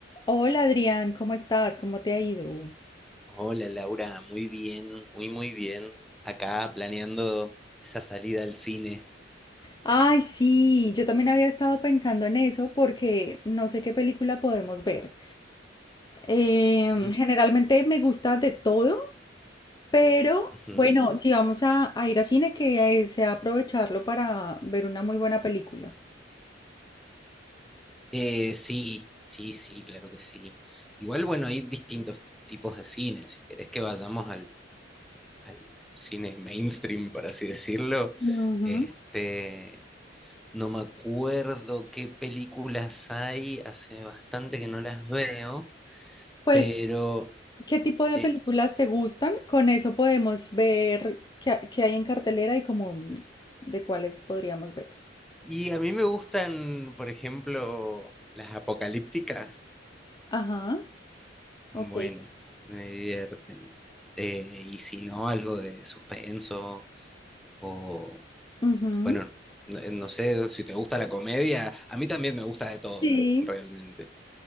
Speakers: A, on the left; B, in the centre.
A: Hola Adrián, ¿cómo estás? ¿Cómo te ha ido?
B: Hola Laura, muy bien, muy muy bien. Acá planeando esa salida al cine.
A: Ay, sí, yo también había estado pensando en eso porque no sé qué película podemos ver. Em,
B: Y
A: generalmente me gusta de todo, pero
B: ujú.
A: bueno, si vamos a, a ir a cine, que eh, sea aprovecharlo para ver una muy buena película.
B: Eh, sí, sí, sí, claro que sí. Igual, bueno, hay distintos tipos de cine. Si querés que vayamos al, al cine mainstream, por así decirlo,
A: Ujú.
B: este, no me acuerdo qué películas hay, hace bastante que no las veo,
A: Pues,
B: pero
A: ¿qué tipo de
B: eh,
A: películas te gustan? Con eso podemos ver qué, ha- qué hay en cartelera y como mm, de cuáles podríamos ver.
B: Y a mí me gustan, por ejemplo, las apocalípticas,
A: Ajá,
B: están
A: ok.
B: buenas, me divierten. Eh, y si no, algo de suspenso o,
A: Ujú.
B: bueno, no, no sé si te gusta la comedia, a mí también me gusta de todo,
A: Sí,
B: realmente.